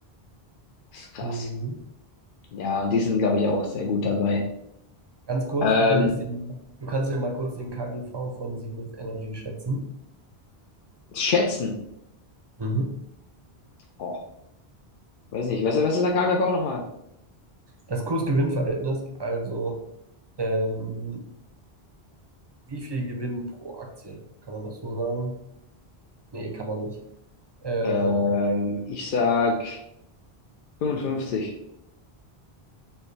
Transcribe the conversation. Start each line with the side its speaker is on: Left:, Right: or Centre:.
Left: Das ist krass.
Right: Mhm.
Left: Ja, und die sind, glaube ich, auch sehr gut dabei.
Right: Ganz kurz,
Left: Ähm,
Right: du könntest den, du kannst ja mal kurz den KGV von Siemens Energy schätzen.
Left: schätzen.
Right: Mhm.
Left: Oh, weiß nicht. Was, was ist der KGV nochmal?
Right: Das Kursgewinnverhältnis, also ähm, wie viel Gewinn pro Aktie? Kann man das so sagen? Nee, kann man nicht. Ähm,
Left: Ähm, ich sag 55.